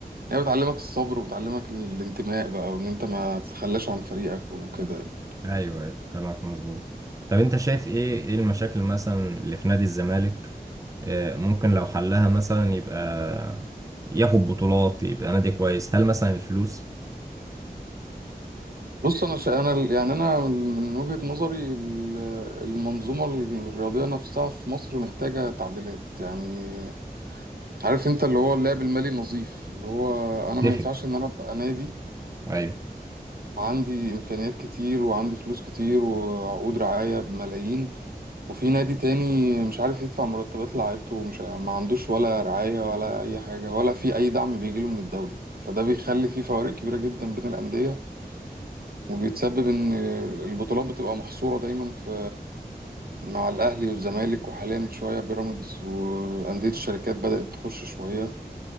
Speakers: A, on the right; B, on the right.
A: هي بتعلمك الصبر وبتعلمك الانتماء بقى وإن أنت ما تتخلاش عن فريقك وكده يعني
B: ايوه ايوه كلامك مظبوط طب انت شايف ايه ايه المشاكل مثلا اللي في نادي الزمالك آه، ممكن لو حلها مثلا يبقى ياخد بطولات يبقى نادي كويس هل مثلا الفلوس
A: بص أنا شا... أنا ال- يعني أنا من وجهة نظري ال- المنظومة الرياضية نفسها في مصر محتاجة تعديلات يعني عارف أنت اللي هو اللعب المالي نظيف اللي هو أنا ما
B: اتفق
A: ينفعش إن أنا أبقى نادي
B: ايوه
A: عندي إمكانيات كتير وعندي فلوس كتير وعقود رعاية بملايين وفي نادي تاني مش عارف يدفع مرتبات لعيبته ومش ما عندوش ولا رعاية ولا أي حاجة ولا في أي دعم بيجيله من الدولة فده بيخلي في فوارق كبيرة جدا بين الأندية وبيتسبب إن البطولات بتبقى محصورة دايما في مع الأهلي والزمالك وحاليا شوية بيراميدز وأندية الشركات بدأت تخش شوية